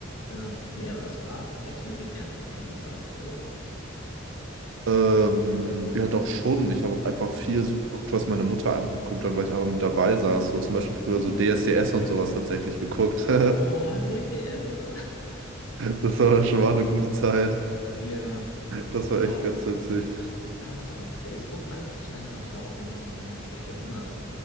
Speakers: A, on the left (about 85°); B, on the right (about 65°).
A: Ja, nee, aber es war. Ich habe schon viel Fernsehen geschaut. Wie sah es bei dir aus?
B: Ähm, ja, doch schon. Ich habe auch einfach viel so geguckt, was meine Mutter einfach geguckt hat, weil ich einfach mit dabei saß. So zum Beispiel früher
A: Mhm.
B: so DSDS und sowas tatsächlich geguckt. <laughs>
A: Oh, DSDS ist. so.
B: Das war schon mal eine gute Zeit.
A: Ja.
B: Das war echt
A: Boah,
B: ganz witzig.
A: damals noch mit Facebook und alles. Ich weiß noch, ich war auch irgendwie so nervig. Ich habe immer.